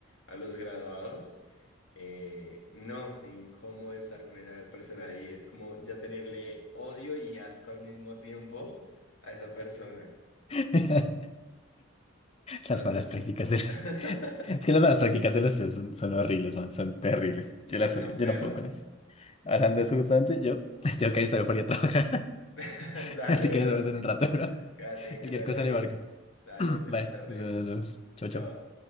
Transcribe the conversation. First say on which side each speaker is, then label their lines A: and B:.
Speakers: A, on the left; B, on the left.
A: a los graduados. Eh, no, fue incómodo estar con esa persona ahí. Es como ya tenerle odio y asco al mismo tiempo a esa persona.
B: <laughs>
A: Entonces,
B: Las malas prácticas de las.
A: <laughs>
B: Es que las malas prácticas de los C E Os son, son horribles, man, son terribles.
A: son
B: Yo las odio,
A: lo
B: yo
A: peor.
B: no puedo con eso. Hablando de eso justamente, yo <laughs> tengo que alistarme para ir a trabajar.
A: <laughs>
B: <laughs>
A: Dale,
B: Así que nos
A: bro.
B: vemos en un rato, bro.
A: Quédate, que
B: Cualquier
A: te vaya
B: cosa
A: bien.
B: le marco.
A: Dale,
B: <clears throat>
A: feliz
B: Vale,
A: tarde.
B: nos vemos. nos vemos. Chau,
A: Chao.
B: chau.